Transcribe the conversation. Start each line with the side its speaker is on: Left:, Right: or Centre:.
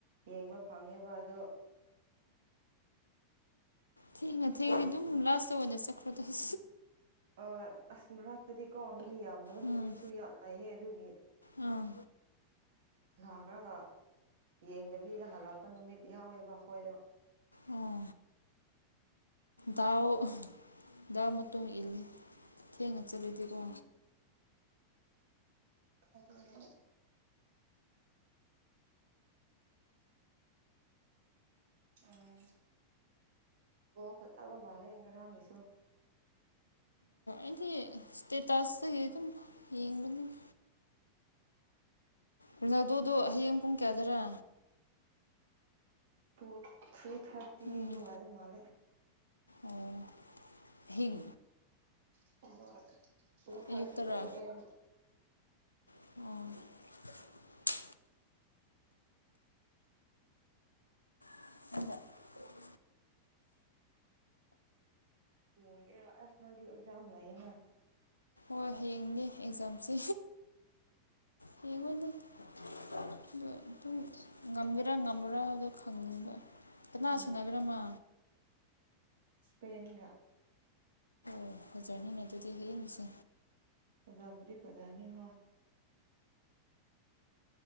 Right: ꯌꯦꯡꯕ ꯐꯪꯉꯦꯕ ꯑꯗꯣ
Left: ꯊꯦꯡꯉꯥ ꯊꯦꯡꯉꯦ ꯑꯗꯨꯝ ꯂꯥꯁ ꯇꯥ ꯑꯣꯏꯅ ꯆꯠꯈ꯭ꯔꯣꯗ <unintelligible>
Right: ꯑ ꯑꯁ ꯃꯔꯛꯇꯗꯤ ꯀꯣ ꯃꯤ ꯌꯥꯝꯗꯕ ꯅꯨꯃꯤꯠꯁꯨ
Left: ꯎꯝ
Right: ꯌꯥꯎ ꯂꯩꯌꯦ ꯑꯗꯨꯒꯤ
Left: ꯑꯥ
Right: ꯂꯈ꯭ꯔꯒ ꯌꯦꯡꯗꯕꯤꯗ ꯍꯜꯂꯛꯄ ꯅꯨꯃꯤꯠ ꯌꯥꯎꯋꯦꯕ ꯑꯩꯈꯣꯏꯗꯣ
Left: ꯑꯣ ꯗꯥꯎ ꯗꯥꯎ ꯃꯇꯨꯡ ꯏꯜꯂꯤ ꯊꯦꯡꯅ ꯆꯠꯂꯗꯤꯀꯣ
Right: ꯑꯗꯨꯅꯦ ꯎꯝ ꯕꯣ ꯐꯖꯕ ꯉꯔꯥꯡꯒꯤꯁꯨ
Left: ꯍꯥꯏꯗꯤ ꯏꯁꯇꯦꯇꯥꯁꯇꯒꯤ ꯑꯗꯨꯝ ꯌꯦꯡꯕꯅꯤꯗ ꯔꯣꯅꯥꯜꯗꯣꯗꯣ ꯍꯌꯦꯡ ꯄꯨꯡ ꯀꯌꯥꯗꯔꯥ
Right: ꯇꯨ ꯊ꯭ꯔꯤ ꯊꯥꯔꯇꯤꯗꯨꯋꯥꯏ
Left: ꯎꯝ
Right: ꯃꯥꯂꯦ
Left: ꯑꯣ ꯑꯍꯤꯛ
Right: <unintelligible> ꯇꯨ ꯊꯥꯔꯇꯤ
Left: ꯑꯌꯨꯛꯇꯔꯥ
Right: ꯑꯦ ꯑꯦꯝ
Left: <unintelligible> <unintelligible>
Right: ꯌꯦꯡꯒꯦꯔ ꯑꯁ ꯅꯣꯏꯗꯤ ꯑꯦꯛꯖꯥꯝ ꯂꯌꯦꯅ
Left: ꯍꯣꯏ ꯍꯌꯦꯡꯅꯦ ꯑꯦꯛꯖꯥꯝꯁꯦ ꯌꯦꯡꯉꯣꯏꯗ ꯑꯣ ꯑꯗꯨꯝ ꯉꯝꯒꯦꯔꯥ ꯉꯝꯃ꯭ꯔꯥ ꯍꯥꯏꯗꯣ ꯈꯪꯗꯦ ꯀꯅꯥ
Right: ꯎꯝ
Left: ꯁꯥꯅꯒꯦ꯭ꯔ ꯑꯃ
Right: ꯁꯄꯦꯟꯒ
Left: ꯑꯣ ꯐꯖꯅꯤꯅꯦ ꯑꯗꯨꯗꯤ ꯍꯌꯦꯒꯤꯁꯦ
Right: ꯐꯖꯥꯕꯨꯗꯤ ꯐꯖꯥꯅꯤ ꯍꯣꯏ